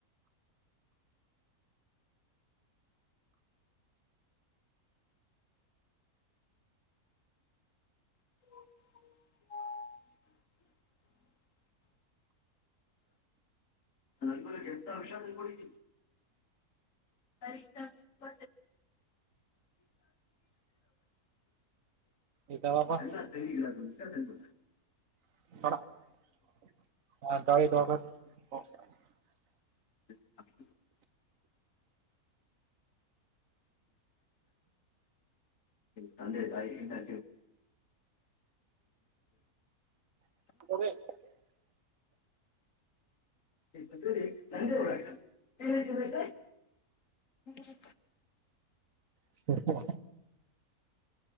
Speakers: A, on the left (about 60°); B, on the right (about 65°).
A: <inaudible> ನಗ ಎಂತ ಹಷ ಕೊಡಿದ್ದಿ <unintelligible>
B: ಇದ್ದಾವಪ್ಪ
A: ಅಲ್ಲ ತಂಗಿಲ್ಲ ಸಷ ತ
B: <unintelligible>
A: <inaudible> ತಂದೆ ತಾಯಿಿಂದಬ <inaudible>
B: <inaudible>
A: ಿ ನಂದೇ ಹರಾಟ ಏನ್ ಬ <inaudible>
B: <unintelligible>